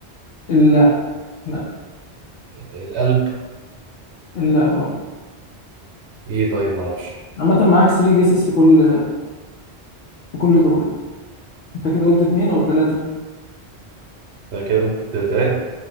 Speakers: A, on the left (about 70°); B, on the right (about 75°).
A: لا لا
B: القلب
A: لا برضه
B: ايه طيب ما اعرفش
A: عامة معاك 3 جيسز في كل في كل دور انت كده قلت اتنين ولا تلاتة
B: ده كده قلت ثلاثه